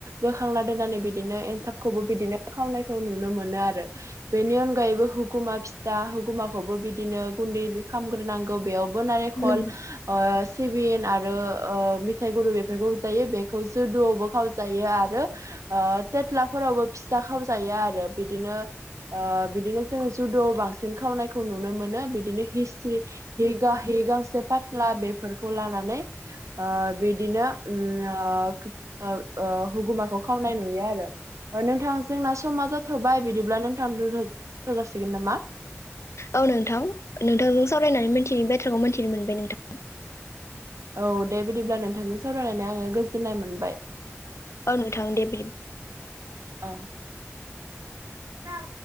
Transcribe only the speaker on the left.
औ नोंथां
औ नोंथां नोंथांजों सावरायनानै मिथियै बाथ्राखौ मिथिनो मोनबाय नोंथां।
औ नोंथां दे बि